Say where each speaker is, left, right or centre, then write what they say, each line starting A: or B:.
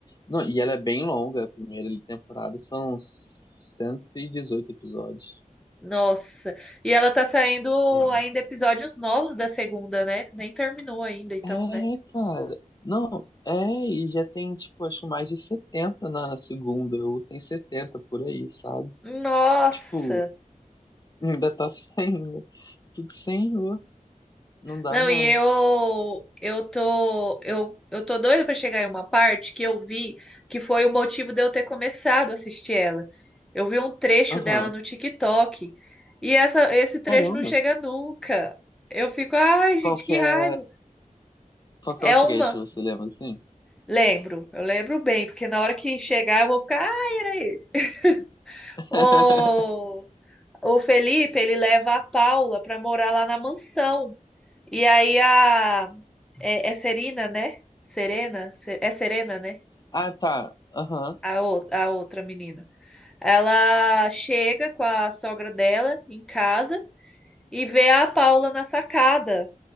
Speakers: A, on the left (about 30°); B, in the centre.
A: Não, e ela é bem longa, a primeira temporada são 118 episódios.
B: Nossa. E ela tá saindo
A: É,
B: ainda episódios novos da segunda, né? Nem terminou ainda, então,
A: é
B: né?
A: cara. Não, é, e já tem, tipo, acho que mais de 70 na segunda, ou tem 70 por aí, sabe?
B: Nossa.
A: Tipo, ainda tá <laughs> sem, né? Fico, senhor, não dá
B: Não,
A: não.
B: e eu eu tô eu eu tô doida pra chegar em uma parte que eu vi que foi o motivo de eu ter começado a assistir ela. Eu vi um trecho
A: Aham,
B: dela no TikTok e essa esse trecho
A: Caramba.
B: não chega nunca. Eu fico, ai, gente,
A: Qual que
B: que
A: é,
B: raiva.
A: qual que é o
B: É
A: trecho,
B: uma.
A: você lembra assim?
B: Lembro, eu lembro bem, porque na hora que chegar eu vou ficar, ai, era esse. <laughs>
A: <laughs>
B: Ô, o Felipe, ele leva a Paula para morar lá na mansão. E aí a é, é Serena, né? Serena, Se- é Serena, né?
A: Ah, tá. Aham.
B: A, ou- a outra menina. Ela chega com a sogra dela em casa e vê a Paula na sacada